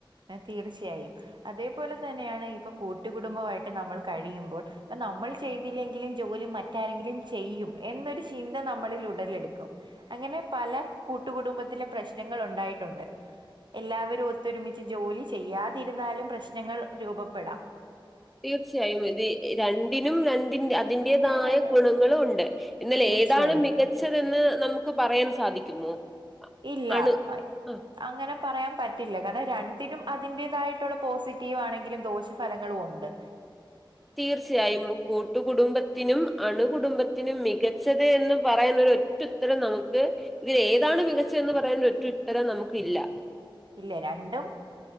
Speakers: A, on the right (about 60°); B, in the centre.
A: ഏ തീർച്യായും, അതേപോലെ തന്നെയാണ് ഇപ്പൊ കൂട്ടികുടുംബമായിട്ട് നമ്മൾ കഴിയുമ്പോൾ അ നമ്മൾ ചെയ്തില്ലെങ്കിലും ജോലി മറ്റാരെങ്കിലും ചെയ്യും എന്നൊരു ചിന്ത നമ്മളിൽ ഉടലെടുക്കും. അങ്ങനെ പല ക് കൂട്ടുകുടുംബത്തിലും പ്രശ്നങ്ങൾ ഒണ്ടായിട്ടുണ്ട്. എല്ലാവരും ഒത്തൊരുമി ച്ച് ജോലി ചെയ്യാതിരുന്നാലും പ്രശ്നങ്ങൾ രൂബപ്പെടാം.
B: തീർച്യായും, ഇതി രണ്ടിനും രണ്ടിൻ്റെ അതിന്റെതായ
A: ഇത് ആയിട്ട്
B: ഗുണങ്ങളുംണ്ട്. ന്നലെ
A: തീർച്ചയായും
B: ഏതാണ് മികച്ചതെന്ന് നമുക്ക് പറയൻ സാധിക്കുമോ?
A: ഇല്ലാ,
B: അണു
A: അ
B: ആഹ്
A: അങ്ങനെ പറയാൻ പറ്റില്ല കാരണം, രണ്ടിനും അതിൻ്റെതായിട്ടുള്ള പോസിറ്റീവാണെങ്കിലും ദോഷഫലങ്ങളു ഒണ്ട്.
B: തീർച്ചയായും, മു കൂട്ടുകുടുംബത്തിനും അണ്കുടുംബത്തിനും മികച് മികച്ചത് എന്ന് പറയാൻ നൊരുറ്റുത്തരം നമുക്ക് ഇതിൽ ഏതാണ് മികച്ചന്ന് പറയാൻ ഒരുറ്റു ത്തരം നമുക്ക് ഇ ഇല്ല.
A: ഇല്ല്യ, രണ്ടും